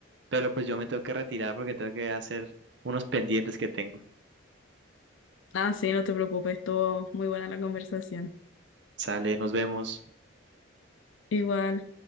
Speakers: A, on the right; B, on the left.
A: pero pues yo me tengo que retirar porque tengo que hacer unos pendientes que tengo.
B: Ah, sí, no te preocupes, todo muy buena la conversación.
A: Sale, nos vemos.
B: Igual.